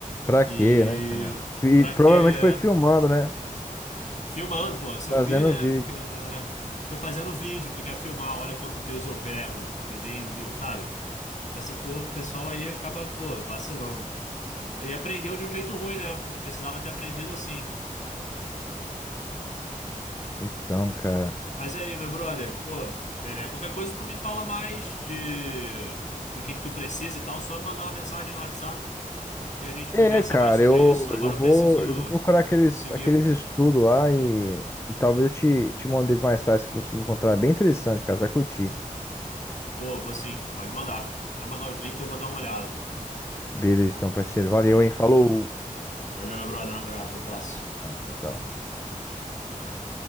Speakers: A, on the left (about 20°); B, on the left (about 55°).
A: Pra
B: e
A: quê, né, cara? E
B: pra quê?
A: provavelmente
B: É.
A: foi filmando, né?
B: Filmando, pô, se
A: Trazendo
B: eu vi, né?
A: o vídeo.
B: Porque eu eu não é. Foi fazendo vídeo, porque quer filmar, olha quanto peso eu pego, me deem vídeo, sabe? Essa, pô, o pessoal aí acaba, pô, vacilando. E aprendeu de um jeito ruim, né? Não precisava ter aprendido assim.
A: Então, cara.
B: Mas aí, meu brother, pô, é, qualquer coisa tu me fala mais de do que que tu precisa e tal, só mandar uma mensagem no WhatsApp que a gente conversa
A: É, cara,
B: mais sobre
A: eu,
B: isso. Agora
A: eu vou,
B: eu preciso
A: eu vou procurar aqueles,
B: seguir.
A: aqueles estudos lá e, e talvez eu te, te mande eles mais tarde se eu conseguir encontrar. É bem interessante, cara. Você vai curtir.
B: Pô, vou sim, pode mandar. Vai mandar os links que eu vou dar uma olhada.
A: Beleza, então, parceiro. Valeu,
B: Tá beleza?
A: hein? Falou.
B: Valeu, meu brother. Um abraço. Um abraço.
A: Ah, tchau, tchau.
B: Tchau, tchau.